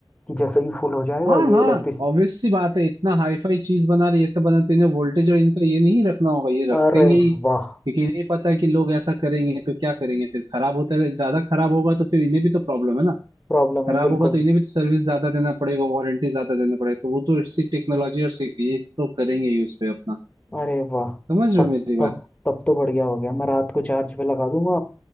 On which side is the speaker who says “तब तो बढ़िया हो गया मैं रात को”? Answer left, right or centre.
Left